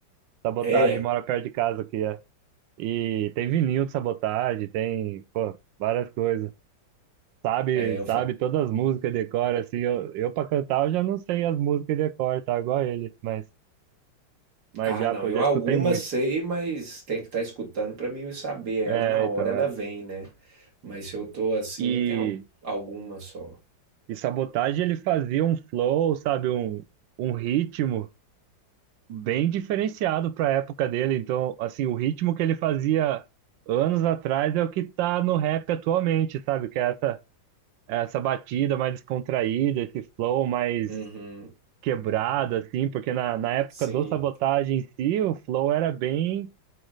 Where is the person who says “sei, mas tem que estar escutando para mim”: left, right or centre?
Right